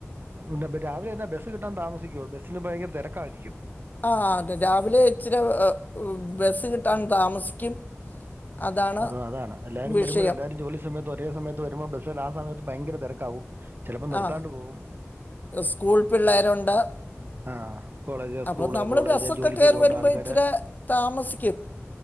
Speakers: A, on the right; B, on the left.
A: എന്താ ഇപ്പോ രാവിലെ എന്നെ ബസ്സ് കിട്ടാൻ താമസിക്കുവോ ബസ്സിന് ഭയങ്കര തിരക്കായിരിക്കും
B: ആഹ് അതെ രാവിലെ ഇച്ചിരി ബസ് കിട്ടാൻ താമസിക്കും അതാണ്
A: അതോ അതാണ് എല്ലാവരും
B: വിഷയം
A: വരുമ്പോഴും എല്ലാരും ജോലി സമയത്ത് ഒരേ സമയം രുമ്പോ ബസ്സിൽ ആ സമയത്ത് ഭയങ്കര തിരക്കാവും ചിലപ്പോൾ നിർത്താണ്ട്
B: ആഹ്
A: പോകും
B: സ്കൂൾ പിള്ളേരുണ്ട്
A: ആഹ് കോളേജ്
B: അപ്പം
A: സ്കൂള്
B: നമ്മൾ
A: കോളേജ്
B: ബസ്സൊക്കെ
A: ജോലിക്ക്
B: കയറി
A: പോകേണ്ട
B: വരുമ്പോൾ
A: ആൾക്കാർ
B: ഇച്ചിരി താമസിക്കും